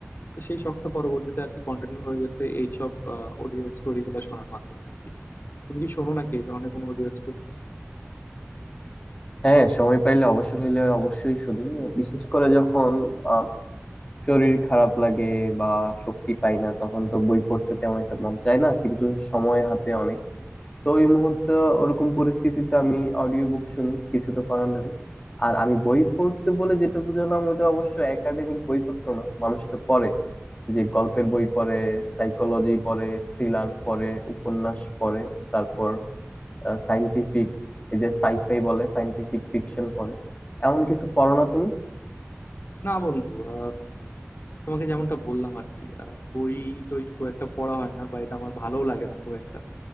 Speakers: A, on the left; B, on the left.
A: তো সেই শখটা পরবর্তীতে আর কি কন্টিনিউ হয়ে গেছে এইসব অডিও স্টোরি গুলো শোনার মাধ্যমে আর কি তুমি কি শোনো নাকি এই ধরনের কোনো অডিও স্টোরি
B: হ্যাঁ সময় পাইলে অবসর হইলে অবশ্যই শুনি বিশেষ করে যখন আম, শরীর খারাপ লাগে বা শক্তি পাই না তখন তো বই পড়তে তেমন একটা মন চায় না কিন্তু সময় হাতে অনেক তো ওই মুহূর্তে ওরকম পরিস্থিতিতে আমি অডিও বুক শুনি কিছু তো করার নেই আর আমি বই পড়তে বলে যেটা বুঝলাম ওইটা অবশ্য একাডেমিক বইপত্র না মানুষ তো পড়ে যে গল্পের বই পড়ে সাইকোলজি পড়ে থ্রিলার পড়ে উপন্যাস পড়ে তারপর সাইন্টিফিক এই যে সাইফাই বলে সাইন্টিফিক ফিকশন পড়ে এমন কিছু পড়ো না তুমি
A: না বন্ধু আহ, তোমাকে যেমনটা বললাম আর কি আহ, বই টই খুব একটা পড়া হয় না বা এটা আমার ভালোও লাগে না খুব একটা